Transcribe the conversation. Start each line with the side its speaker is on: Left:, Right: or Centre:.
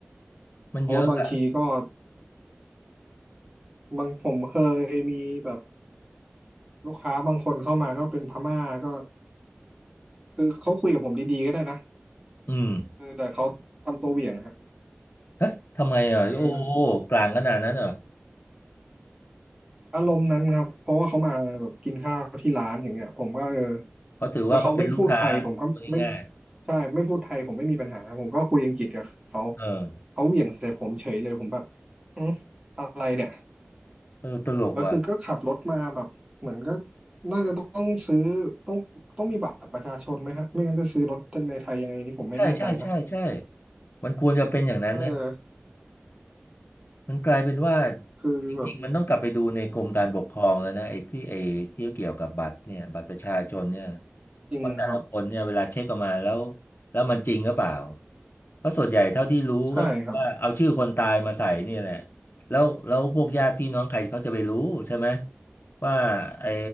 Left: มันเยอะอ่ะ
Right: เพราะว่าบางทีก็บางผมเคยมีแบบลูกค้าบางคนเข้ามาก็เป็นพม่าก็คือเขาคุยกับผมดีๆก็ได้นะ
Left: อืม
Right: เออแต่เขาทำตัวเหวี่ยงอะฮะ
Left: เอ๊ะทำไมอ่ะโอ้โหกลางขนาดนั้นเหรอ
Right: เอออารมณ์นั้นครับเพราะว่าเขามาแบบกินข้าวที่ร้านอย่างเงี้ยผมก็เออ
Left: เขาถือว่าก็เป็นลูกค้า
Right: แล้วเขาไม่พูดไทยผมก็ไม่
Left: คนง่าย
Right: ใช่ไม่พูดไทยผมไม่มีปัญหาผมก็คุยอังกฤษกับเขา
Left: ๆเออ
Right: เขาเหวี่ยงใส่ผมเฉยเลยผมแบบอืมอะไรเนี่ย
Left: เออตลกว่ะ
Right: แล้วคือก็ขับรถมาแบบเหมือนก็น่าจะต้องซื้อต้องต้องมีบัตรประชาชนไหมฮะไม่งั้นจะซื้อรถในไทยยังไงนี่ผมไม่แน่ใจนะ
Left: ใช่ใช่ใช่ใช่มันควรจะเป็นอย่างนั้นนะ
Right: เออ
Left: มันกลายเป็นว่า
Right: คือแบบ
Left: จริงๆมันต้องกลับไปดูในกรมการปกครองแล้วนะไอ้ที่ไอ้ที่เกี่ยวกับบัตรเนี่ยบัตรประชาชนเนี่ย
Right: จริงครับ
Left: ว่าแต่ละคนเนี่ยเวลาเช็คออกมาแล้วแล้วมันจริงหรือเปล่าเพราะส่วนใหญ่เท่าที่รู้ก็คือว่าเอาชื่อคนตายมาใส่เนี่ยแหละ
Right: ใช่ครับ
Left: แล้วแล้วพวกญาติพี่น้องใครเขาจะไปรู้ใช่ไหมว่าไอ้